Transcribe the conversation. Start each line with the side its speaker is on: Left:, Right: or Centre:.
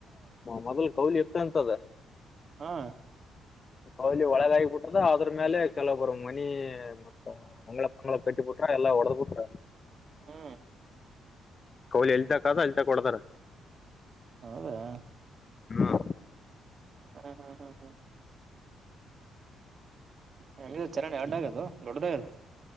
Left: ಮೊದಲ್ <unintelligible> ಇರ್ತ ಅಂತದ
Right: ಹಾ
Left: ಕೌಲಿ ಒಳಗ ಆಗಿಬಿಟ್ಟದ ಅದ್ರ ಮೇಲೆ ಕೆಲವ ಬರು ಮನಿ. ಮತ್ತ ಅಂಗ್ಗಳ ಕಳ ಕಟ್ಟಿಬಿಟ್ರ ಎಲ್ಲಾ ಹೊಡೆದ್ ಬಿಟ್ರ.
Right: ಹ್ಮ
Left: ಕೌಲಿ ಎಲ್ದಕ್ದು ಅಲ್ಲಿ ಕೊಡ್ತಾರ
Right: ಹೌದಾ
Left: ಹ್ಮ್
Right: ಹ ಹ ಹ ಹಂಗ ಚರೌಂಡಿ ಎರಡ ಆದು ದೊಡ್ಡದಾಗದ್